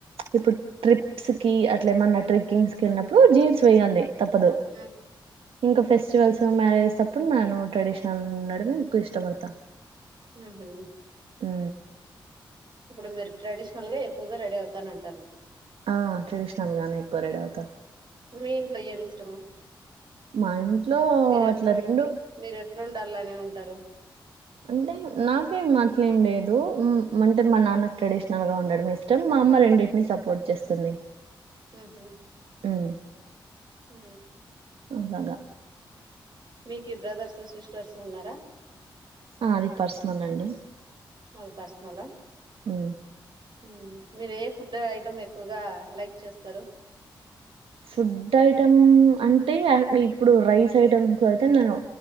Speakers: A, on the right (about 75°); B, on the right (about 55°).
A: ఇప్పుడు ట్రిప్స్ కి అట్ల ఎమన్న ట్రెక్కింగ్స్ క వెళ్ళినప్పుడు జీన్స్ వేయాలి తప్పదు
B: ఉ
A: ఇంక ఫెస్టివల్స్ స్తం మ్యారేజ్ స అప్పుడు నాను ట్రెడిషనల్ ఉండడమే ఎక్కువ ఇష్టపడతాను
B: ఊహు
A: ఉ
B: ఇప్పుడు మీరు ట్రెడిషనల్ గా ఎక్కువగా రెడీ అవుతానంటారు
A: ఆ ట్రెడిషనల్ గానే ఎక్కువ రెడీ అవుతా
B: మీ ఇంట్లో ఏమి ఇష్టము
A: మా ఇంట్లో
B: మీరెట్లా
A: అట్లా రెండు
B: మీరెట్లా ఉండాలని ఉం టారు
A: అంటే నాకేం అట్లేం లేదు ఉ అంటే మా నాన్న ట్రెడిషనల్ గా ఉండడం ఇష్టం మా అమ్మ రెండింటిని సపోర్ట్ చేస్తుంది
B: ఉహు
A: మ్మ్
B: ఉ
A: అలాగా
B: మీకు బ్రదర్సు సిస్టర్స్ ఉన్నారా
A: ఆ అది పర్సనల్ అండి
B: అది పర్సనల
A: ఉ
B: ఉ మీరు ఏ ఫుడ్ ఐటెమ్ ఎక్కువగా లైక్ చేస్తారు
A: ఫుడ్ ఐటెమ్ అంటే ఇప్పుడు రైస్ ఐటమ్స్ లో అయితే నేను